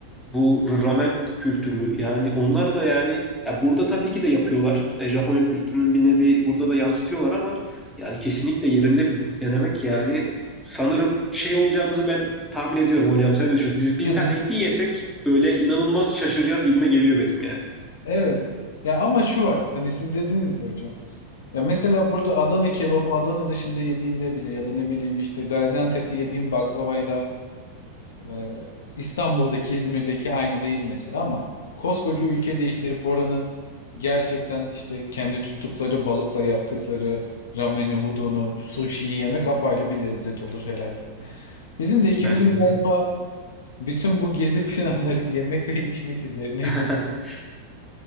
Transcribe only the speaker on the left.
<laughs>
Evet. Ya ama şu var. Hani siz dediniz ya hocam. Ya mesela burada Adana kebabı Adana dışında yediğinde bile ya da ne bileyim işte Gaziantep'te yediğin baklavayla e, İstanbul'daki İzmir'deki aynı değil mesela ama koskoca ülke değiştirip oranın gerçekten işte kendi tuttukları balıkla yaptıkları rameni, udonu, suşiyi yemek apayrı bir lezzet olur herhalde. Bizim de ikimizin
galiba
bütün bu gezi planları <laughs> yemek ve içmek üzerine
gibi.